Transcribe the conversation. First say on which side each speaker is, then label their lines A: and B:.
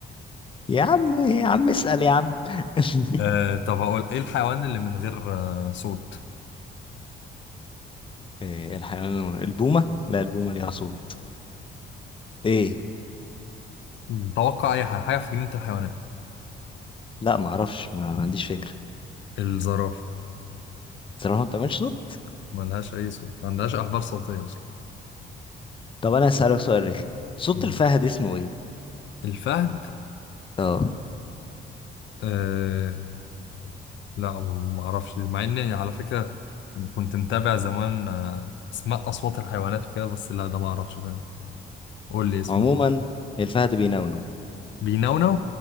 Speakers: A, on the left; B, on the left.
A: يا عم يا عم اسال يا عم <laughs>
B: آه طب هقول ايه الحيوان اللي من غير آه صوت
A: إيه الحيوان البومه لا البومه ليها صوت ايه
B: مم. توقع اي حاجه حاجه في جنينه الحيوانات
A: لا ما اعرفش ما ما عنديش فكره
B: الزرافه
A: صراحه ما بتعملش صوت
B: ملهاش اي صوت ما عندهاش احبال صوتيه اصلا
A: طب انا هسالك سؤال رخي صوت
B: مم.
A: الفهد اسمه ايه
B: الفهد
A: اه
B: آه لا ما اعرفش مع اني على فكره كنت متابع زمان آه اسماء اصوات الحيوانات وكده بس لا ده ما اعرفش فعلا قول لي اسمه
A: عموما الفهد بينونو
B: بينونو